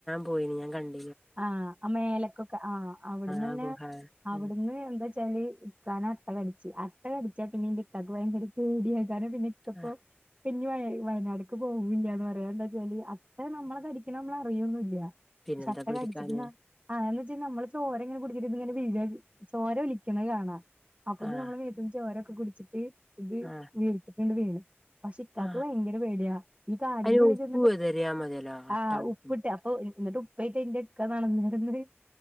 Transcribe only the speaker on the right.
ആഹ് ആഹ് മേലക്കൊക്കെ ആഹ് അവ്ട്ന്നന്നെ
അവിടുന്ന്
എന്താച്ചാല് ഇക്കാനെ അട്ട കടിച്ച് അട്ട കടിച്ചാ പിന്നെന്റിക്കാക്ക് ഭയങ്കര പേടിയാ കാര്നം പിന്നെ ഇക്കപ്പോ
പ്പഞ് വയനാട്ക്ക് പോവുല്ല്യന്ന് പറയാ എന്താച്ചാല് അട്ട നമ്മളെ കടിക്കണഹ് നമ്മളറിയൊന്നുല്ല്യ
ഷെ അട്ടകട്ച്ച്ട്നാ
ആന്നെചെയ്ഞ്ഞാ നമ്മളെ ചോര ഇങ്ങനെ കുടിച്ചട്ട് ഇങ്ങനെ വീരക് ചോര ഒലിക്ക്‌ണഹ് കാണാ അപ്പൊ ഇത്
നമ്മളെ മത്ത്ന്ന് ചോരൊക്കെ കുടിച്ചിട്ട് ഇത്
വീർത്തിട്ട്ണ്ട് വീണ് പക്ഷെ ഇക്കാക്ക്
ഭയങ്കര പേടിയാ ഈ കാടിന്റെള്ളിചെന്നിട്ട്
ആഹ്
ഉപ്പിട്ട അപ്പൊ ന്നട്ട് ഉപ്പേയ്റ്റ ഇന്റെ ഇക്ക നടന്നിര്ന്നെഹ്